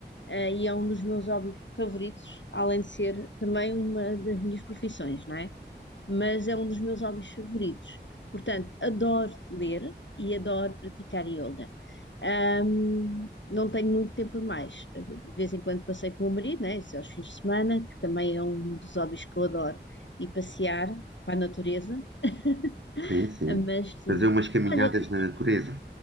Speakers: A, on the left; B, on the right.
A: ah, e é um dos meus hobbies favoritos, além de ser também uma das minhas profissões, não é? mas é um dos meus hobbies favoritos. Portanto, adoro ler e adoro praticar yoga. Ahm, não tenho muito tempo a mais. De vez em quando passei com o meu marido, né? Isso é aos fins de semana, que também é um dos hobbies que eu adoro, e passear para a natureza. <laughs>
B: Sim, sim.
A: Mas sim,
B: Fazer umas caminhadas
A: olha, que te-
B: na natureza.